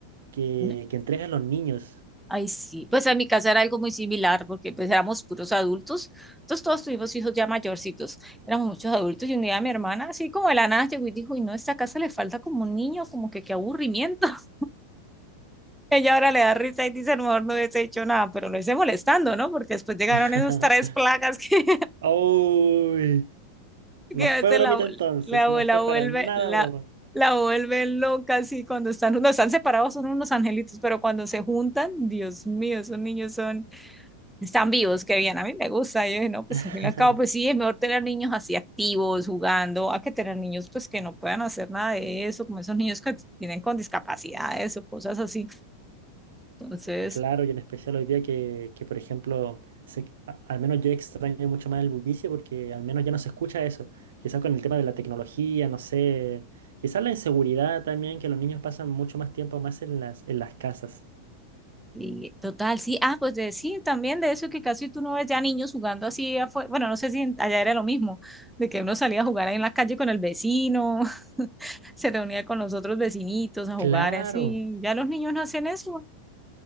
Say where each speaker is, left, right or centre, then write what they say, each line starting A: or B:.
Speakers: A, on the right (about 75°); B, in the centre.
A: que,
B: No,
A: que entregan los niños.
B: Ay, sí. Pues en mi casa era algo muy similar porque pues éramos puros adultos, entonces todos tuvimos hijos ya mayorcitos, éramos muchos adultos y un día mi hermana así como de la nada llegó y dijo, y no, esta casa le falta como un niño, como que qué aburrimiento. <laughs> Ella ahora le da risa y dice, a lo mejor no hubiese hecho nada, pero lo hice molestando, ¿no? Porque después llegaron
A: <laughs>
B: esas tres plagas <laughs> que
A: Uy, no
B: que
A: fue
B: a veces
A: bromita
B: la, abue-
A: entonces,
B: la abuela
A: no fue
B: vuelve,
A: para nada
B: la,
A: broma.
B: la vuelve loca así cuando están, no están separados, son unos angelitos, pero cuando se juntan, Dios mío, esos niños son, están vivos, qué bien, a mí me gusta, yo dije, no, pues
A: <laughs>
B: al fin y al cabo, pues sí, es mejor tener niños así activos, jugando, a que tener niños pues que no puedan hacer nada de eso, como esos niños que tienen con discapacidades o cosas así, entonces...
A: Claro, y en especial hoy día que, que, por ejemplo, se- a- al menos yo extraño mucho más el bullicio porque al menos ya no se escucha eso. Quizás con el tema de la tecnología, no sé, quizás la inseguridad también, que los niños pasan mucho más tiempo más en las, en las casas.
B: Sí, total, sí. Ah, pues de, sí, también de eso que casi tú no ves ya niños jugando así afuera. Bueno, no sé si en- allá era lo mismo, de que uno salía a jugar ahí en la calle con el vecino, <laughs> se reunía con los otros vecinitos a jugar
A: Claro,
B: así. Ya los niños no hacen eso.